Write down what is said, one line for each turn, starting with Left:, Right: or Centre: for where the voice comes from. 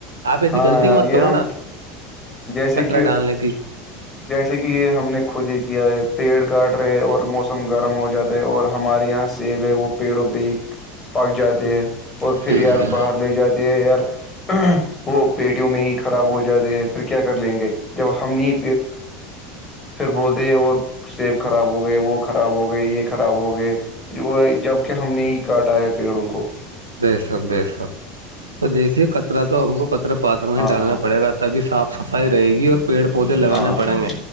Right: آپ ایسی
Left: ہاں
Right: غلطی
Left: یار
Right: مت
Left: یہ
Right: کرو
Left: ہم
Right: نا
Left: جیسے
Right: کطرا
Left: کہ
Right: ڈالنے کی
Left: جیسے کہ یہ ہم نے خود ہی کیا ہے پیڑ کاٹ رہے اور موسم گرم ہو جاتا ہے اور ہمارے یہاں سیب ہے وہ پیڑوں پہ ہی پک جاتے ہے اور پھر
Right: جی
Left: یار
Right: جی
Left: باہر لے جاتے ہے یار وہ پیٹوں میں ہی خراب ہو جاتے پھر کیا کر لیں گے جب ہم نہیں پھر بولتے اور سیب خراب ہو گئے وہ خراب ہو گئے یہ خراب ہو گئے وہ جب کہ ہم نے ہی کاٹا ہے پیڑوں کو
Right: بے شک بے سک تو دیکھیے کطرا تو ہم کو کطرے پاتر میں
Left: ہاں
Right: ہی ڈالنا
Left: ہاں
Right: پڑے گا <unintelligible> تبھی صاف سفائی رہے گی اور پیڑ پودے لگانے
Left: ہاں
Right: پڑیں
Left: ہاں
Right: گے